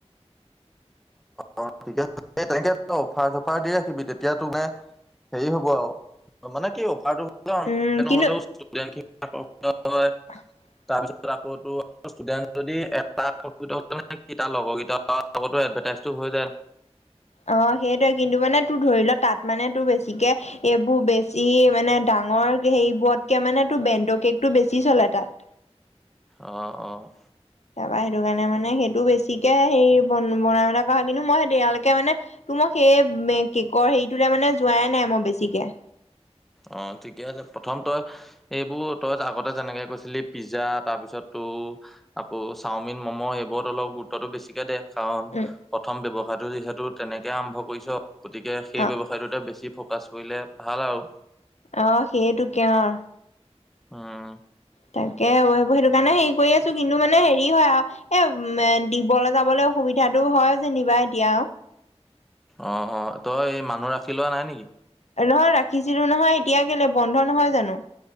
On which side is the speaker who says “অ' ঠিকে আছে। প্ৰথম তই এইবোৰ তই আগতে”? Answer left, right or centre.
Centre